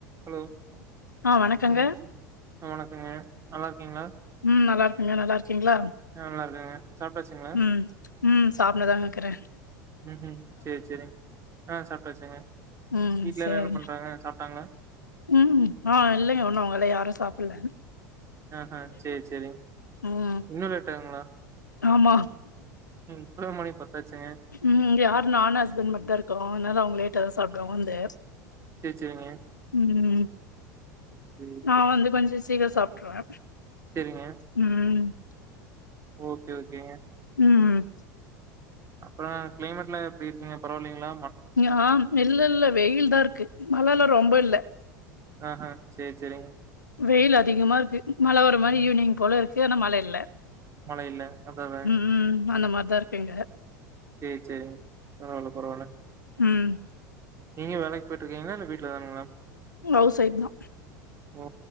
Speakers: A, on the right; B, on the left.
A: ஹலோ
B: ஆ வணக்கங்க
A: ம் வணக்கங்க நல்லா இருக்கீங்ளா
B: ம் நல்லா இருக்க நீங்க நல்லா இருக்கீங்ளா
A: நல்லா இருக்கங்க சாப்ட்டாச்சுங்களா
B: ம் ம் சாப்ட்னுதாங்க இக்குற
A: ம் ம் சேரி சேரிங் ஆ சாப்ட்டாச்சுங்க
B: ம்
A: வீட்ல
B: சரிங்க
A: எல்லா என்ன பண்றாங்க சாப்டாங்ளா
B: ம் ஆ இல்லைங்க ஒண்ணு அவுங்களா யாரு சாப்பட்ல
A: ஆஹா சேரி சேரிங்க
B: ம்
A: இன்னு லேட்டாகுங்ளா
B: ஆமா
A: இப்பவே மணி பத்தாச்சுங்க
B: ம் யாரு நானு ஹஸ்பண்ட் மட்டுதா இருக்கோ அதனால அவுங்க லேட்டா தா சாப்டுவாங்க வந்து
A: சேரி சேரிங்க
B: ம்
A: சேரி
B: நா வந்து கொஞ்சோ சீக்கர சாப்ட்ருவ
A: செரிங்க
B: ம்
A: ஓகே ஓகேங்க
B: ம் ம்
A: அப்பறோ கிளைமேட்ல்லா எப்டி இருக்குங்க பரவால்லீங்ளா
B: ஆ இல்ல இல்ல வெயில்தா இருக்கு மழல்லா ரொம்ப இல்ல
A: ஆ ஹா செர் செரிங்க
B: வெயில் அதிகமா இருக்கு மழ வர மாரி
A: ம்
B: ஈவினிங் போல இருக்கு ஆனா மழை இல்ல
A: மழ இல்ல அதா அதா
B: உம் உம் அந்த மார்தா இருக்கு இங்க
A: செரி சேரிங்க பரவால பரவாலங்க
B: உம்
A: நீங்க வேலைக்கி போய்ட்டுருக்கீங்களா இல்ல வீட்டுல தானா மேடம்
B: ம் ஹவுஸ் ஒய்ப்தா
A: ஓ